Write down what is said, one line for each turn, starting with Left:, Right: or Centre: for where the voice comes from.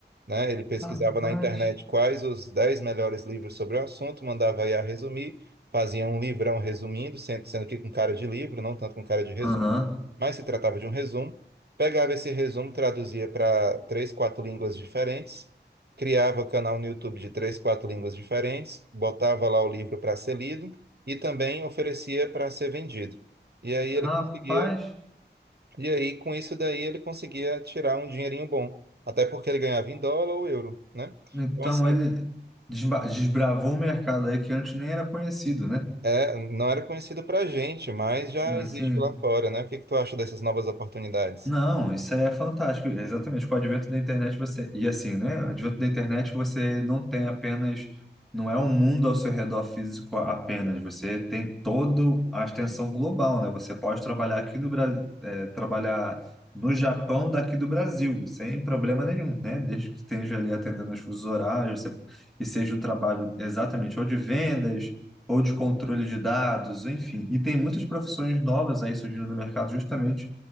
Right: né? Ele pesquisava
Centre: Rapaz.
Right: na internet quais os 10 melhores livros sobre o assunto, mandava I a resumir, fazia um livrão resumindo, sendo, sendo que com cara de livro, não tanto com cara de resumo,
Centre: Aham.
Right: mas se tratava de um resumo. Pegava esse resumo, traduzia para três, quatro línguas diferentes, criava canal no YouTube de três, quatro línguas diferentes, botava lá o livro para ser lido e também oferecia para ser vendido. E aí ele
Centre: Rapaz.
Right: conseguia e aí, com isso daí, ele conseguia tirar um dinheirinho bom. Até porque ele ganhava em dólar ou euro, né?
Centre: Então
Right: Então, assim,
Centre: ele desba- desbravou um mercado aí que antes nem era conhecido, né?
Right: é, não era conhecido pra gente, mas já existe
Centre: Assim,
Right: lá fora, né? O que que tu acha dessas novas oportunidades?
Centre: Não, isso é fantástico. É Exatamente. Com o advento da internet você. E assim, né? O advento da internet você não tem apenas. Não é um mundo ao seu redor físico apenas. Você tem toda a extensão global, né? Você pode trabalhar aqui no Brasil, trabalhar no Japão daqui do Brasil, sem problema nenhum, né? Desde que esteja ali atendendo os fusos horários, você... e seja um trabalho exatamente ou de vendas, ou de controle de dados, enfim. E tem muitas profissões novas aí surgindo no mercado justamente